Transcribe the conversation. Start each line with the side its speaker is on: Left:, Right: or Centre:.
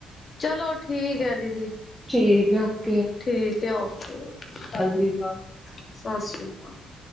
Left: ਚਲੋ ਠੀਕ ਹੈ ਦੀਦੀ
Centre: ਠੀਕ ਹੈ ਓ
Left: ਠੀਕ ਹੈ ਓਕੇ ਸਤਿ ਅਕਾਲ
Centre: ਜੀ।
Left: ਸਤਿ ਸ਼੍ਰੀ ਅਕਾਲ